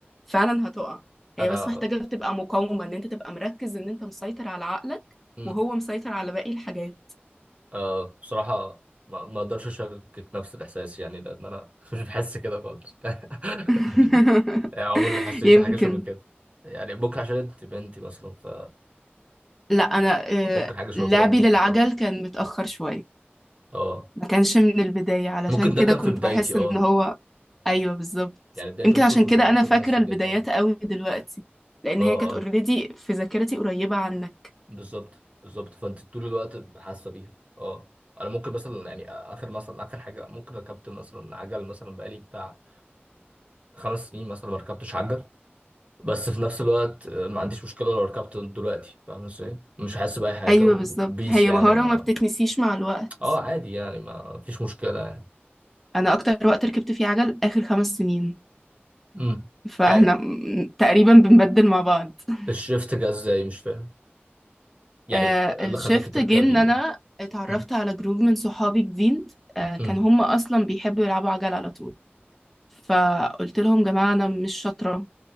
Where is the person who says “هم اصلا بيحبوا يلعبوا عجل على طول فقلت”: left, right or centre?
Centre